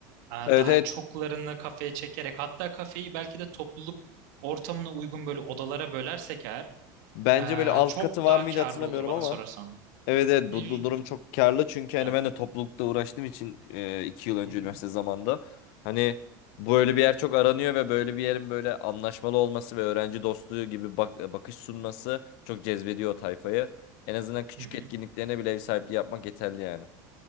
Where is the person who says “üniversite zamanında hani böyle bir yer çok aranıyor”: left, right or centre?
Left